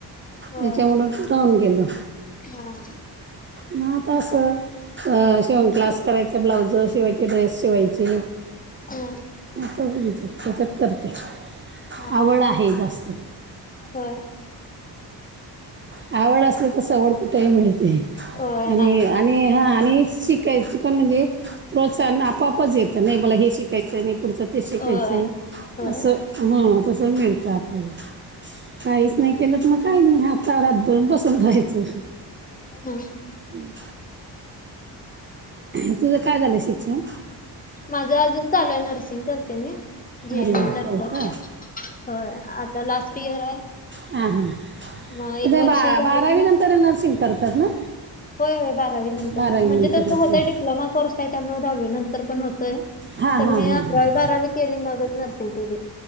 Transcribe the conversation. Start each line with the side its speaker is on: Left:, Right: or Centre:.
Left: होय
Right: याच्यामुळं राहून गेलं.
Left: हा ह
Right: म आता असं अ शिवण क्लास करायचा ब्लाउज शिवायचे ड्रेस शिवायचे.
Left: हा
Right: मत तेच त्याच्यात करतेस
Left: हा हा
Right: आवड आहे जास्त.
Left: होय
Right: आवड असली तर सवड कुठेही मिळते.
Left: होय
Right: आणि
Left: नाही मिळत
Right: आणि हा आणि शिक. शिकायची पण म्हणजे प्रोत्साहन आपोआपच येतं नाही मला हे शिक शिकायचं पुढचं ते शिकायचंय
Left: होय होय
Right: असं ह तसं मिळतं आपल्याला. काहीच नाही
Left: होय
Right: केलं तर मग काही नाही हातावर हात धरून बसून रायचं.
Left: हम!
Right: हम्! तुझं काय झालंय शिक्षण?
Left: माझं अजून चालू आहे. नर्सिंग करते मी. जी
Right: अरे
Left: आणि
Right: वा
Left: नर
Right: हो
Left: हो
Right: का
Left: आता लास्ट इयर आहे
Right: हां हां
Left: मग एक
Right: ते
Left: वर्ष
Right: बा
Left: झालं
Right: बारावी
Left: की मग...
Right: नंतर नर्सिंग करतात ना?
Left: होय होय बारावी नंतर
Right: बारावी
Left: म्हणजे
Right: नंतरच
Left: तसं होतंय
Right: ना
Left: डिप्लोमा कोर्स आहे त्यामुळे दहावी नंतर पण होतंय.
Right: हां
Left: पण
Right: हां
Left: मी
Right: हां
Left: अकरावी
Right: हां
Left: बारावी केली मग नर्सिंग केली.